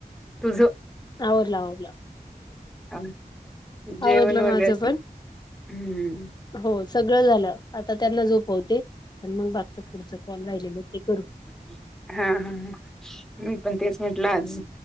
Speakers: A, in the centre; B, on the left (about 25°).
A: तुझं
B: आवरलं, आवरलं
A: हा बरं जेवण
B: आवरलं
A: वगैरे
B: माझं पण
A: हम्म
B: हो सगळं झालं आता त्यांना झोपवते आणि मग बाकीच पुढच कॉल राहिलेलं ते करू
A: हा, हा, हा मी पण तेच म्हटलं आज